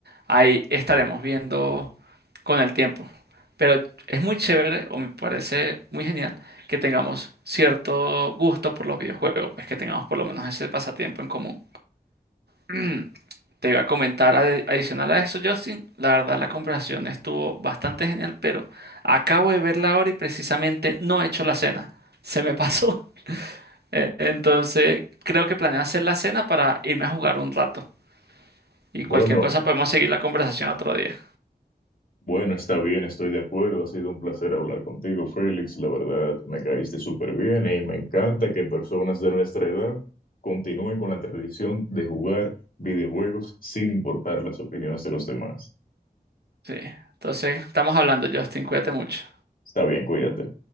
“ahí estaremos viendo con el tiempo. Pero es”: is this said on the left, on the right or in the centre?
Right